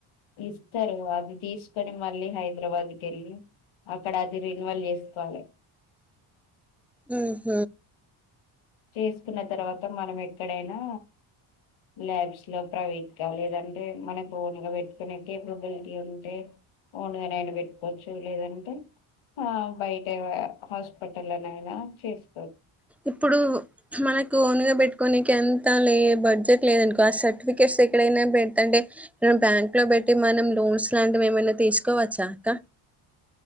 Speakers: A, on the left (about 70°); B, in the centre.
A: ఇస్తారు అది తీసుకొని మళ్ళీ హైదరాబాద్ కి వెళ్ళి అక్కడ అది రిన్వాల్వ్ చేసుకోవాలి
B: ఉ హ
A: చేసుకున్న తర్వాత మనం ఎక్కడైనా ల్యాబ్స్ లో ప్రైవేట్గా లేదంటే మనకు ఓన్ గా పెట్టుకునే కెపాసిటీ ఉంటే ఓనుగనైనా పెట్టుకోవచ్చు లేదంటే ఆ బయటవ హాస్పిటల్ లోనైనా చేసుకోవచ్చు
B: ఇప్పుడు మనకు ఒనుగా పెట్టుకోడానికి ఎంత లే బడ్జెట్ లేదనుకో ఆ సర్టిఫికెట్స్ ఎక్కడైనా పెడతంటే బ్యాంక్ లో పెట్టి మనం లోన్స్ లాంటివి ఏమైనా తీసుకోవచ్చాక